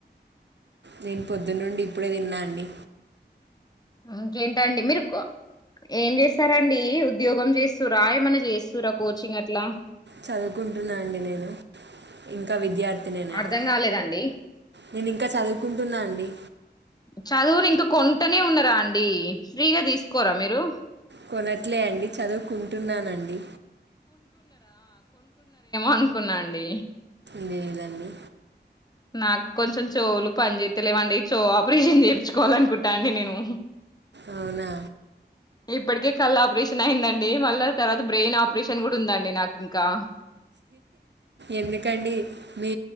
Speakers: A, on the right; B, on the left.
A: నేను పొద్దున్న నుండి ఇప్పుడే తిన్నా అండి
B: ఇంకేంట అండి మీరు ఏం చేస్తారాండి ఉద్యోగం చేస్తరా ఏమైన్నా చేస్తార కోచింగ్ అట్లా
A: చదువుకుంటున్నా అండి నేను ఇంకా విద్యార్థి నేను
B: అర్ధం కాలేదండి
A: నేను ఇంకా చదువుకుంటున్నా అండి
B: చదువుని ఇంకా కొంటనే ఉన్నరా అండి ఫ్రీగా తీసుకోరా మీరు
A: కొనట్లే అండి చదువుకుంటున్నానండి
B: అనుకున్నాండి
A: లేదండి
B: నాకు కొంచెం చౌవులు పని చేస్తలేవండి చౌవు ఆపరేషన్ చేయించుకోవాల అనుకుంటా అండి నేను
A: అవునా
B: ఇప్పటికే కళ్ళ ఆపరేషన్ అయిందండి మళ్ళా తర్వాత బ్రెయిన్ ఆపరేషన్ కూడా ఉందండి నాకు ఇంకా
A: ఎందుకండి మీ